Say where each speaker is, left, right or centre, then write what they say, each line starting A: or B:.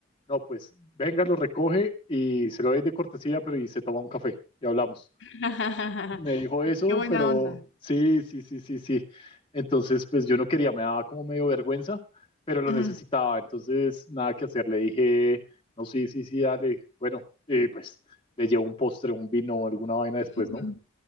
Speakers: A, on the left; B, on the left.
A: no, pues venga, lo recoge y se lo doy de cortesía, pero y se toma un café y hablamos.
B: <laughs>
A: Me dijo eso,
B: Qué buena
A: pero
B: onda.
A: sí, sí, sí, sí, sí. Entonces, pues yo no quería, me daba como medio vergüenza, pero lo
B: Ujú,
A: necesitaba. Entonces, nada que hacer. Le dije, no, sí, sí, sí, dale. Bueno, eh, pues le llevo un postre, un vino, alguna vaina después,
B: ujú.
A: ¿no?